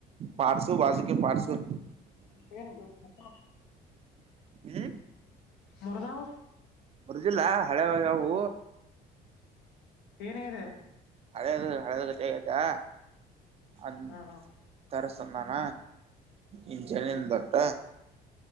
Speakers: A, on the right; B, on the left.
A: ಪಾರ್ಸು ಬಾಸುಕ್ಕೆ ಪಾರ್ಶವ
B: ಹನ್ದು <unintelligible>
A: ಹ್ಮ
B: ಮರುಗಾಾವ
A: ಬರೆದಿಲ್ಲ ಹಳೆದಾಗ ಅವು
B: ಏನಿದೆ
A: ಹಳೆದು ಹಳೆದ ಗ ಆಗತಾ ಅಂದ
B: ಹಾ ಹಾ
A: ತರಸ ಂತಾನ ಇ ಜನಿ ತಟ್ಟ